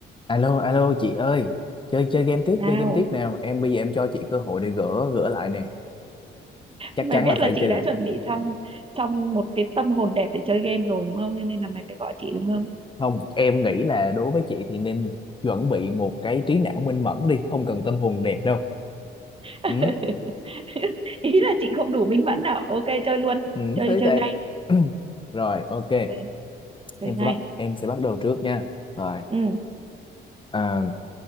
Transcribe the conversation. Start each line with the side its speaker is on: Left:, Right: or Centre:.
Left: Alo, alo chị ơi, chơi chơi game tiếp,
Right: nào
Left: chơi game tiếp nào. Em bây giờ em cho chị cơ hội để gỡ gỡ lại nè. Chắc
Right: mày
Left: chắn
Right: biết
Left: là
Right: là
Left: phải
Right: chị
Left: chơi
Right: đã
Left: được.
Right: chuẩn bị xong trong một cái tâm hồn đẹp để chơi game rồi đúng không? Cho nên là mày phải gọi chị đúng không?
Left: Không, em nghĩ là đối với chị thì nên chuẩn bị một cái trí não minh mẫn đi, không cần tâm hồn đẹp đâu.
Right: <laughs>
Left: Ừ,
Right: Ý là chị không đủ minh mẫn nào. Ok chơi luôn.
Left: ừ,
Right: Chơi
Left: thế
Right: chơi
Left: tệ.
Right: ngay.
Left: <clears throat> Rồi, ok.
Right: Chơi, chơi
Left: Em
Right: ngay.
Left: sẽ bắt em sẽ bắt đầu trước nha. Rồi,
Right: Ừ,
Left: à,